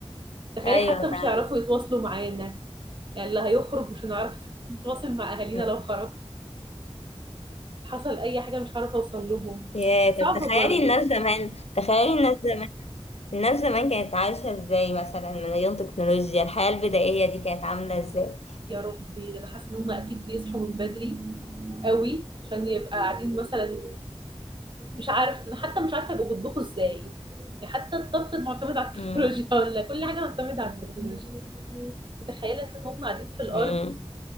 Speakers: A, on the right; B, on the left.
A: تخيلي
B: ايوه
A: حتى مش
B: فعلا
A: هيعرفوا يتواصلوا معانا يعني اللي هيخرج مش هنعرف نتواصل مع اهالينا
B: مم.
A: لو خرج حصل اي حاجه مش هعرف اوصل لهم
B: يا
A: صعبه
B: طب تخيلي
A: برضو
B: الناس زمان تخيلي الناس زمان الناس زمان كانت عايشة ازاي مثلا من غير تكنولوجيا الحياة البدائية دي كانت عاملة ازاي
A: يا ربي ده انا حاسه ان هم اكيد بيصحوا من بدري قوي عشان يبقى قاعدين مثلا مش عارف انا حتى مش عارفه يبقوا بيطبخوا ازاي يعني حتى الطبخ معتمد على التكنولوجيا
B: امم
A: <laughs> ولا كل حاجه معتمده على التكنولوجيا متخيله ان هم قاعدين في الارض
B: امم